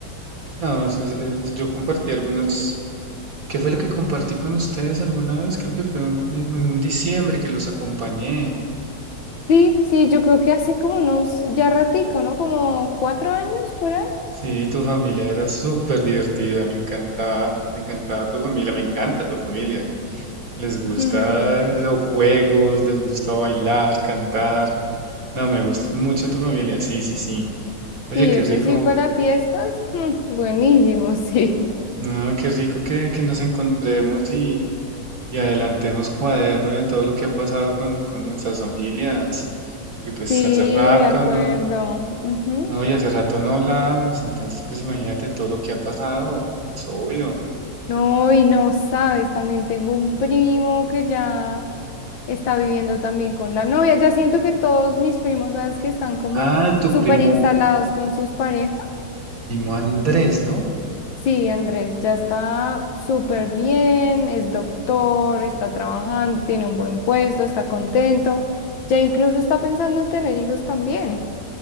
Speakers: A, on the right; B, on the left.
A: no, es- es- es- yo compartí algunos. ¿Qué fue lo que compartí con ustedes alguna vez? Creo que fue un- en, en un diciembre que los acompañé.
B: Sí, sí, yo creo que hace como unos ya ratico, ¿no? Como cuatro años por ahí.
A: Sí, tu familia era súper divertida. Me encantaba, me encantaba tu familia, me encanta tu familia. Les gusta
B: <laughs>
A: los juegos, les gusta bailar, cantar. No, me gusta mucho tu familia. Sí, sí, sí. Oye,
B: Sí,
A: qué
B: eso
A: rico.
B: sí, para fiestas, mm, buenísimo, sí. <laughs>
A: No, qué rico que, que nos encontremos y adelantemos cuaderno de todo lo que ha pasado con, con nuestras familias, porque pues
B: Sí,
A: hace rato
B: de acuerdo.
A: no,
B: ujú.
A: no, y hace rato no hablábamos, entonces pues imagínate todo lo que ha pasado, pues obvio.
B: No, y no sabes, también tengo un primo que ya está viviendo también con la novia. Ya siento que todos mis primos, sabes que están como
A: Ah, tu
B: súper
A: primo,
B: instalados con sus parejas.
A: primo Andrés, ¿no?
B: Sí, Andrés, ya está súper bien, es doctor, está trabajando, tiene un buen puesto, está contento. Ya incluso está pensando en tener hijos también.